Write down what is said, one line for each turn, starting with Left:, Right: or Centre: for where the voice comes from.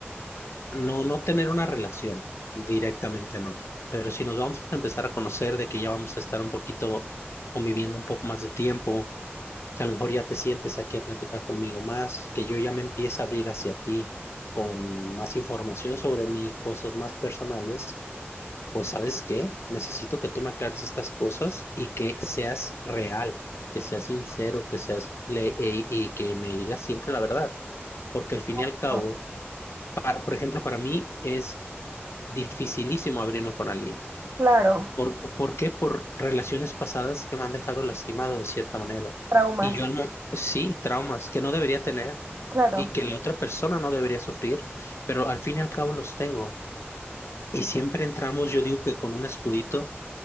Left: no, no tener una relación directamente, no. Pero si nos vamos a empezar a conocer de que ya vamos a estar un poquito conviviendo un poco más de tiempo, que a lo mejor ya te sientes aquí a platicar conmigo más, que yo ya me empiece a abrir hacia ti con más información sobre mí, cosas más personales pues ¿sabes qué? Necesito que tú me aclares estas cosas y que seas real, que seas sincero, que seas le- y, y que me digas siempre la verdad, porque al fin
Right: qué
Left: y al cabo,
Right: horror.
Left: para- por ejemplo, para mí es dificilísimo abrirme con alguien.
Right: Claro,
Left: ¿Por, por qué? Por relaciones pasadas que me han dejado lastimado de cierta manera.
Right: traumas,
Left: Y yo no, sí, traumas que no debería tener
Right: claro.
Left: y que la otra persona no debería sufrir, pero al fin y al cabo los tengo. Y siempre entramos, yo digo que con un escudito